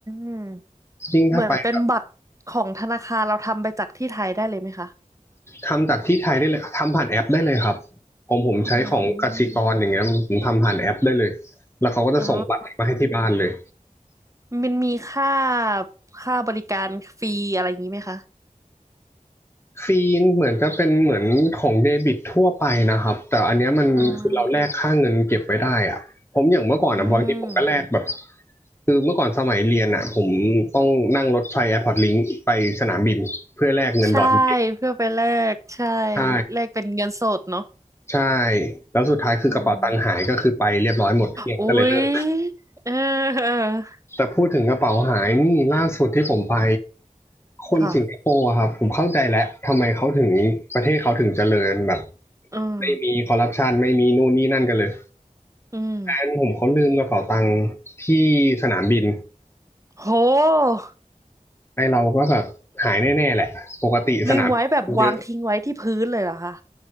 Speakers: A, on the right (about 25°); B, on the left (about 20°).
A: ม
B: ยิ่งถ้าไปแบบ
A: เหมือนเป็นบัตรของธนาคารเราทำไปจากที่ไทยได้เลยไหมคะ
B: ทำจากที่ไทยได้เลยทำผ่านแอปได้เลยครับผมผมใช้ของกสิกรอย่างเงี้ยผมทำผ่านแอปได้เลย
A: เข้ามาอืม
B: แล้วเขาก็จะส่งบัตรมาให้ที่บ้านเลย
A: อ๋อมันมีค่าค่าบริการฟรีอะไรอย่างนี้ไหมคะ
B: ฟีนเหมือนจะเป็นเหมือนของเดบิตทั่วไปนะครับแต่อันเนี้ยมันคือเราแลกค่าเงินเก็บไว้ได้อะผมอย่างเมื่อก่อนอะบางทีผมก็แลกแบบ
A: อ่าอืม
B: คือเมื่อก่อนสมัยเรียนอะผมต้องนั่งรถไฟแอร์พอร์ตลิงไปสนามบินเพื่อแลกเงินดอทเก็บ
A: ใช่เพื่อไปแลกใช่
B: ใช่
A: แลกเป็นเงินสดเนาะ
B: ใช่แล้วสุดท้ายคือกระเป๋าตังค์หายก็คือไปเรียบร้อยหมดเกลี้ยงก็เลยเลิก
A: อืมอุ๊ยเออเออ
B: แต่พูดถึงกระเป๋าหายนี่ล่าสุดที่ผมไปคนสิงคโปร์อะครับผมเข้าใจแล้วทำไมเขาถึงประเทศเขาถึงเจริญแบบ
A: ค่ะอืม
B: ไม่มีคอร์รัปชันไม่มีนู่นนี่นั่นกันเลย
A: อืม
B: แฟนผมเขาลืมกระเป๋าตังค์ที่สนามบิน
A: โห
B: ไอเราก็แบบหายแน่ๆแหละปกติสนามบินคนเยอะ
A: ลืมไว้แบบวางทิ้งไว้ที่พื้นเลยเหรอคะ